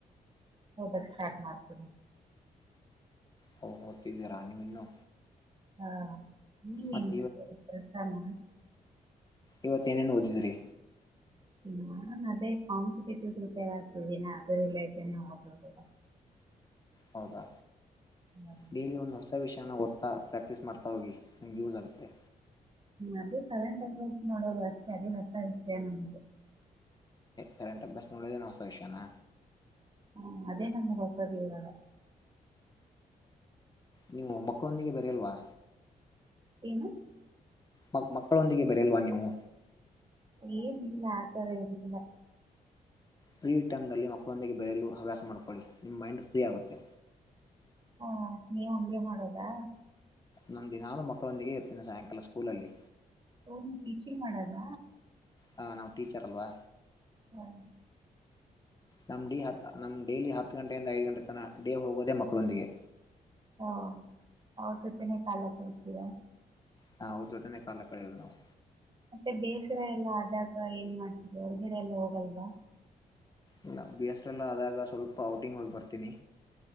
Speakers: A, on the right; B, on the left.
A: ಓದಕ್ ಸ್ಟಾರ್ಟ್ ಮಾಡ್ತೀನಿ.
B: ಹ ಓದ್ತಿದ್ದಿರಾ ನಿವು ಇನ್ನು
A: ಹಾ ನೀವ್
B: ಮತ್ತ
A: ಏನ್ ಮಾಡ್ತಿರೋದ್ ಕೆಲ್ಸಾನ?
B: ಇವತ್ತ ಏನೇನ್ ಓದಿದ್ರಿ.
A: ನಾನ್ ಅದೇ ಕಾಂಪಿಟೇಟಿವ್ ಪ್ರಿಪೇರ್ ಆಗ್ತಿದ್ದೀನೀ ಅದ್ರು ರಿಲೇಟೆಡ್ ಓದೋದು.
B: ಹೌದಾ
A: ಹ್ಮ್,
B: ಡೈಲಿ ಒಂದ್ ಹೊಸ ವಿಷ್ ಓದ್ತಾ ಪ್ರಾಕ್ಟೀಸ್ ಮಾಡ್ತಾ ಹೋಗಿ ನಿಮಗೆ ಯೂಸ್ ಆಗುತ್ತೆ.
A: ಅದೇ ಕರೆಂಟ್ <unintelligible> ನೋಡೋದು ಅಷ್ಟೇ ಅದೇ ಅದೇನ್ ಹೊಸ ವಿಷ್ಯ <unintelligible>
B: ಕರೆಂಟ್ ಅಫೇರ್ಸ್ ನೋಡದೇನ್ ಹೊಸ ವಿಷ್ಯಾನ?
A: ಹ್ಮ ಅದೇ ನಮಗೆ ಹೊಸಾದ್ <unintelligible>
B: ನೀವು ಮಕ್ಕೋಂದಿಗೆ ಬರಿಯಲ್ವಾ?
A: ಏನು?
B: ಮ ಮಕ್ಕಳೊಂದಿಗೆ ಬರೆಯಲ್ವಾ ನೀವು.
A: ಏನಿಲ್ಲ ಆ ತರ ಏನಿಲ್ಲ.
B: ಫ್ರೀ ಟೈಮನಲ್ಲಿ ಮಕ್ಕಳೊಂದಿಗೆ ಬೆರೆಯಲು ಹವ್ಯಾಸ ಮಾಡ್ಕೊಳ್ಳಿ ನಿಮ್ ಮೈಂಡ್ ಫ್ರೀ ಆಗುತ್ತೆ.
A: ಹಾ ನೀವು ಹಂಗೆ ಮಾಡೋದಾ?
B: ನಾನು ದಿನಾಲು ಮಕ್ಕಳೊಂದಿಗೆ ಇರ್ತೀನಿ ಸಾಯಂಕಾಲ ಸ್ಕೂಲಲ್ಲಿ.
A: ಓ ನೀವ್ ಟೀಚಿಂಗ್ ಮಾಡದ?
B: ಹಾ ನಾವು ಟೀಚರ್ ಅಲ್ವಾ
A: ಹ್ಮ್
B: ನಮ್ ಡಿ ಹತ್ತ ನಮ್ ಡೇಲಿ ಹತ್ ಗಂಟೆಯಿಂದ ಐದ್ ಗಂಟೆ ತನ ಡೇ ಹೋಗೋದೆ ಮಕ್ಳೊಂದಿಗೆ.
A: ಹಾ ಅವ್ರ್ ಜೊತೆನೆ ಕಾಲ ಕಳಿತಿರಾ?
B: ಹಾ ಅವ್ರ್ ಜೊತೆನೆ ಕಾಲ ಕಳೆಯೋದು ನಾವು.
A: ಮತ್ತೆ ಬೇಸ್ರ ಎಲ್ಲಾ ಆದಾಗ ಏನ್ ಮಾಡ್ತಿರೋ ಹೊರ್ಗಡೆ ಎಲ್ಲ ಹೋಗಲ್ವಾ?
B: ಇಲ್ಲ ಬೇಸ್ರ ಎಲ್ಲಾ ಆದಾಗ ಸ್ವಲ್ಪ ಔಟಿಂಗ್ ಹೋಗ್ ಬರ್ತಿನಿ